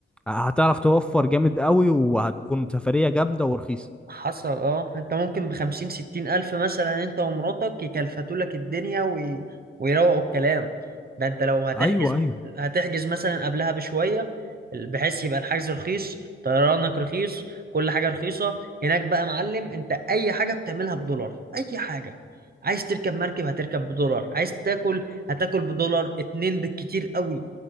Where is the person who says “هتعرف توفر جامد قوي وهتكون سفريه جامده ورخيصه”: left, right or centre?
Centre